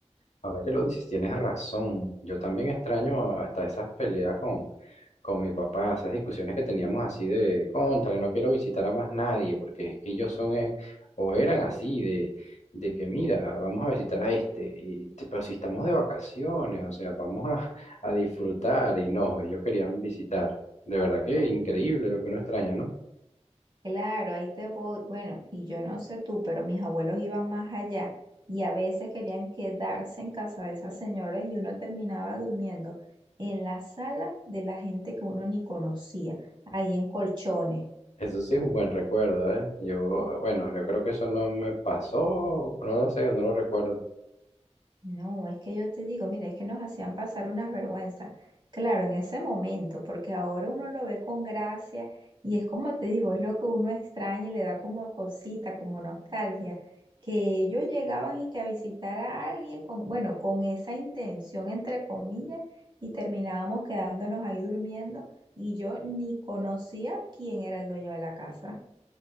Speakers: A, on the left; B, on the right.
A: Ahora que lo dices, tienes razón. Yo también extraño hasta esas peleas con, con mi papá, esas discusiones que teníamos así de, cónchale, no quiero visitar a más nadie, porque es que ellos son eh, o eran así, de, de que mira, vamos a visitar a este, y, te- pero si estamos de vacaciones, o sea, vamos a, <laughs> a disfrutar, y no, ellos querían visitar. De verdad que increíble lo que uno extraña, ¿no?
B: Claro, ahí te voy. Bueno, y yo no sé tú, pero mis abuelos iban más allá y a veces querían quedarse en casa de esas señoras y uno terminaba durmiendo en la sala de la gente que uno ni conocía, ahí en colchones.
A: Eso sí es un buen recuerdo, ¿eh? Yo, bueno, yo creo que eso no me pasó, no lo sé, no lo recuerdo.
B: No, es que yo te digo, mira, es que nos hacían pasar unas vergüenzas. Claro, en ese momento, porque ahora uno lo ve con gracia y es como te digo, es lo que uno extraña y le da como cosita, como nostalgia, que ellos llegaban y que a visitar a alguien con, bueno, con esa intención, entre comillas, y terminábamos quedándonos ahí durmiendo y yo ni conocía quién era el dueño de la casa.